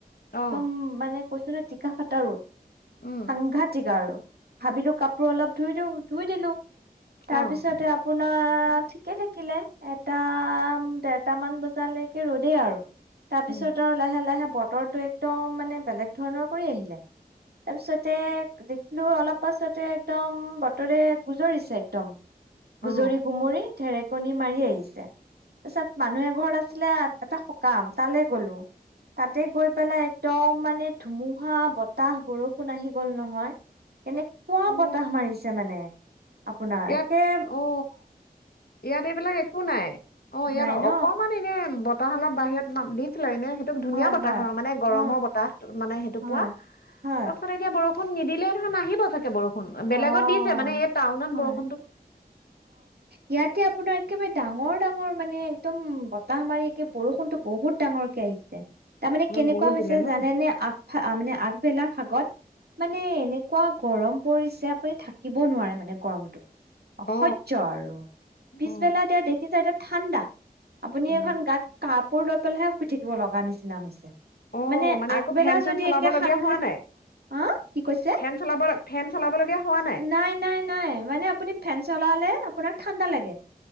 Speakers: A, on the left (about 75°); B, on the right (about 90°).
A: অ
B: তুম মানে, কৈছিলো টিকাফাটা ৰ'দ।
A: উম
B: সাংঘাতিক আৰু ভাবিলো কাপোৰ অলপ ধুই দিওঁ, ধুই দিলো তাৰপিছতে
A: অ
B: আপ আপোনাৰ ঠিকে থাকিলে এটা, দেৰটামান বজালৈকে ৰ'দেই আৰু তাৰপিছত
A: উম
B: আৰু লাহে লাহে বতৰটো একদম মানে বেলেগ ধৰণৰ কৰি আহিলে তাৰপিছতে, <unintelligible> অলপ পাছতে একদম বতৰে গুজৰিছে একদম
A: অ
B: গুজৰি গুমৰি ঢেৰেকনি মাৰি আহিছে, তাৰপিছত মানুহ এঘৰত আছিলে এটা সকাম তালৈ গলো তাতে গৈ পেলাই একদম মানে ধুমুহা বতাহ বৰষুণ আহি গল নহয় এনেকুৱা
A: অ
B: বতাহ মাৰিছে মানে আপোনাৰ
A: ইয়াত
B: কেম
A: অ ইয়াত এইবিলাক একো নাই অ ইয়াত
B: নাই ন
A: অকমান এনে বত তাহ অল বাহিৰত নাম দিছিলে নে <unintelligible> সেইটো ধুনীয়া
B: হয়
A: বতাহৰ
B: হয়
A: আৰু মানে গৰমৰ
B: অ'
A: বতাহ মানে সেইটো
B: হয়
A: পোৱা
B: হয়
A: তাৰপিছত এতিয়া বৰষু নিদিলে নহয় নাহিব চাগে বৰষুণ
B: অ'
A: বেলেগত দিছে মানে এই টাউনত বৰষুণ
B: হয় ইয়াতে আপোনাৰ একেবাৰে ডাঙৰ ডাঙৰ মানে একদম বতাহ মাৰি একে বৰষুণতটো বহুত ডাঙৰকে আহিছে তাৰমানে
A: অ
B: কেনেকুৱা
A: বহুত
B: হৈছে
A: দিলে ন
B: জানে নে আ মানে আগবেলা ভাগত মানে এনেকুৱা গৰম পৰিছে থাকিব নোৱাৰে মানে গৰমটোত অসজ্য
A: অ
B: আৰু পিছবেলা
A: অ
B: এতিয়া দেখিছে নে ঠাণ্ডা আপুনি
A: অ
B: এখন গাত কাপ কাপোৰ লৈ পেলাইহে শুই থাকিব লগা নিচিনা হৈছে
A: অ
B: মানে আগবেলা
A: একো ফেন চেন
B: যদি
A: চলাব
B: একে
A: লগীয়া
B: সাংঘাত,
A: হোৱা নাই
B: আ কি কৈছে?
A: ফেন চলাব ফেন চলাব লগীয়া হোৱা নাই
B: নাই-নাই-নাই, মানে আপুনি ফেন চলা আপোনাৰ ঠাণ্ডা লাগে